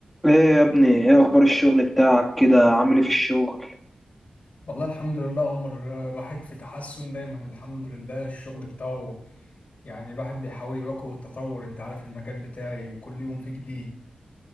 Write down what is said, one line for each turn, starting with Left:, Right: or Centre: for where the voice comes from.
Centre: ايه يا ابني ايه اخبار الشغل بتاعك كده عامل ايه في الشغل
Left: والله الحمد لله عمر الواحد في تحسن دايما الحمد لله الشغل بتاعه يعني الواحد بيحاول يواكب التطور انت عارف المجال بتاعي كل يوم فيه جديد